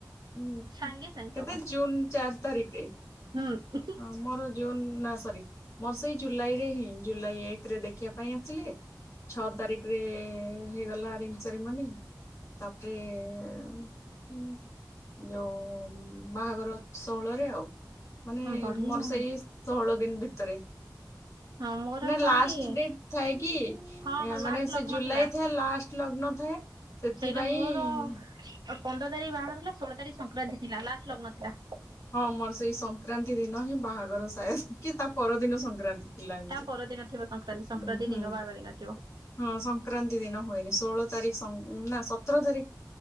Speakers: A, on the left; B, on the right.
A: ଉଁ ହୁଁ
B: ସାଙ୍ଗେ ସାଙ୍ଗେ
A: କେତେ
B: ସବୁ
A: ଜୁନ୍ ଚାର ତାରିକ୍ ରେ?
B: ହୁଁ।
A: ହଁ ମୋର ଜୁନ୍ ନାଁ ସରି ମୋର ସେଇ ଜୁଲାଇରେ ହିଁ ଜୁଲାଇ ଏକରେ ଦେଖିବା ପାଇଁ ଆସଥିଲେ ଛଅ ତାରି ପ୍ରେ ହେଇଗଲା ରିଙ୍ଗ୍ ସେରମନି। ତାପରେ ଉଁ ଯଉ ବାହାଘର ଷୋହଳରେ ଆଉ। ମାନେ
B: ବଢିଆ
A: ମୋର
B: ଆଉ
A: ସେଇ ଷୋହଳ ଦିନ ଭିତରେ।
B: ହଁ ମୋର
A: ନେ
B: କଣ
A: ଲାଷ୍ଟ
B: କି
A: ଡେଟ୍ ଥାଏ କି
B: ହଁ ହଁ ଲାଷ୍ଟ
A: ମାନେ ସେ
B: ଲଗ୍ନ
A: ଜୁଲାଇ
B: ଥିଲା
A: ଥାଏ ଲାଷ୍ ଲଗ୍ନ ଥାଏ। ସେଥିପାଇଁ
B: ସେଇଟା ମୋର ପନ୍ଦର ତାରିକ୍ ବାହାଘର ହେଲା ଷୋଳ ତାରିଖ ସଂକ୍ରାନ୍ତି ଥିଲା ଲାଷ୍ଟ ଲଗ୍ନ ଥିଲା।
A: ହଁ ମୋର ସେଇ ସଂକ୍ରାନ୍ତି ଦିନ ହିଁ ବାହାଘର ସାଏଦ୍ କି ତା ପରଦିନ ସଂକ୍ରାନ୍ତି। ଥିଲା ଏମିତି।
B: ତା ପରଦିନ ଥିବ ସଂକ୍ରାନ୍ତି ସଂକ୍ରାନ୍ତି
A: ହୁଁ ହୁଁ।
B: ଦିନ ବାହାଘର ହେଇନଥିବ।
A: ହଁ ସଂକ୍ରାନ୍ତି ଦିନ ହୁଏନି ଷୋହଳ ତାରିକ୍ ସଂ ନାଁ ସତର ତାରି